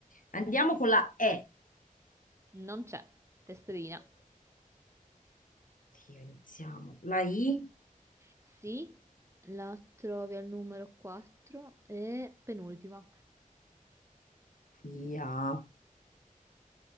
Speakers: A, on the left (about 70°); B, on the right (about 20°).
A: andiamo con la E.
B: Non c'è, testina.
A: Dio, iniziamo. La I,
B: Sì, la trovi al numero 4 e penultima.
A: IA.